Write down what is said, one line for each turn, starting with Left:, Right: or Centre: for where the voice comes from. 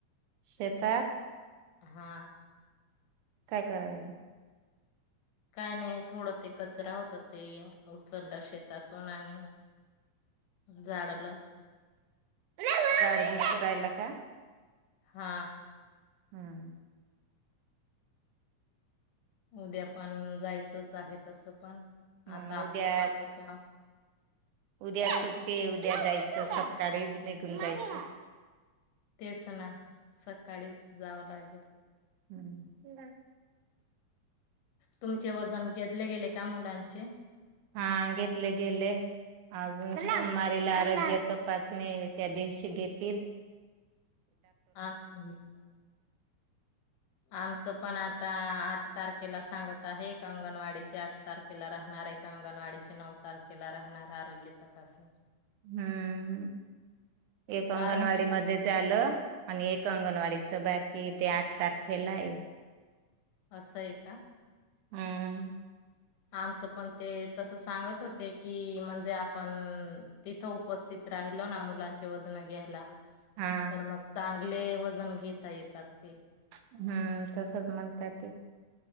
Right: शेतात
Left: हा
Right: काय कराय रे
Left: काय नाही थोडं ते कचरा होत ते उचललं शेतातून आणि जाडलं
Right: <unintelligible> रायला का?
Left: हा
Right: हम्म
Left: उद्या पण जायचंच आहे तस पण
Right: मग
Left: आता आपलं
Right: उद्या
Left: पण हे काम
Right: उद्या सुट्टी उद्या जायचं सकाळी निघून जायचं.
Left: तेच ना सकाळीच जावं लागेल.
Right: हूं
Left: तुमचे वजन घेतले गेले. का मुलांचे
Right: हा घेतले गेले अजून सोमवारीला आरोग्य तपासणी त्या दिवशी देतील.
Left: आमच बी आमचं पण आता आठ तारखेला सांगत आता हे एक अंगणवाडीचे आठ तारखेला राहणार एक अंगणवाडीचे नऊ तारखेला राहणार आरोग्य तपासून
Right: हूं एक अंगणवाडी
Left: कारण की
Right: मध्ये झालं आणि एक अंगणवाडीच बाकी ते आठ तारखेलाय
Left: असंय का?
Right: हम्म
Left: आमचं पण ते तस सांगत होते की म्हणजे आपण तिथं उपस्थित राहिलो ना मुलांचे वजन घ्यायला.
Right: हा
Left: तर मग चांगले वजन घेता येतात. ते
Right: हम्म तसच म्हणताय ते